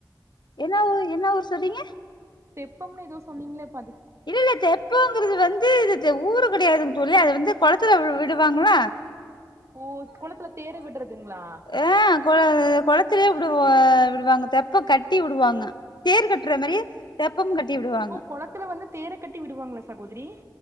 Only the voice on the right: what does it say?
தெப்பம்னு எதோ சொன்னிங்ளே பா
ஓ கொளத்துல தேரு விட்றதுங்ளா
கொளத்துல வந்து தேர கட்டி விடுவாங்களா சகோதரி